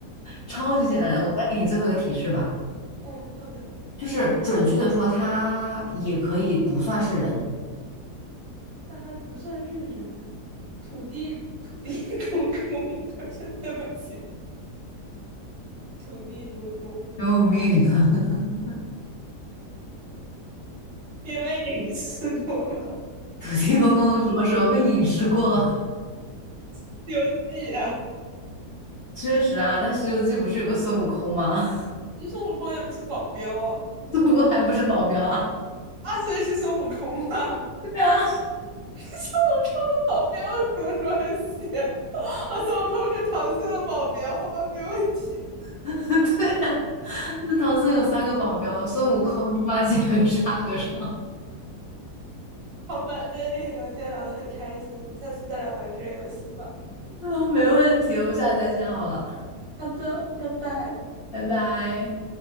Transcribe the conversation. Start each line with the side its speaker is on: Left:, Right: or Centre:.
Left: 超级简单的。我再给你最后一个提示吧，
Right: 嗯，好的。
Left: 就是准确的说，他也可以不算是人。
Right: 他还不算是人，土地土地 <laughs> 公公，不是对不起，土地公公
Left: 救命啊！<laughs>
Right: 因为影视过吗？
Left: 土地公公什么时候被隐士过
Right: 《西游记》啊，
Left: <laughs> 确实啊，但《西游记》不是有个孙悟空吗？
Right: 那孙悟空也不是保镖啊，
Left: <laughs> 孙悟空还不是保镖啊？
Right: 阿虽是孙悟空啊，
Left: 对啊，
Right: <laughs> 孙悟空跟保镖有什么关系啊？<laughs> 我孙悟空是唐僧的保镖，好吧，没问题。
Left: <laughs> 对啊，那唐僧有三个保镖，孙悟空、猪八戒和沙和尚。<laughs>
Right: 好吧，今天跟你聊天聊得很开心，我们下次再来玩这个游戏吧。
Left: 啊，没问题，我们下次再见好了，
Right: 好的，拜拜。
Left: 拜拜。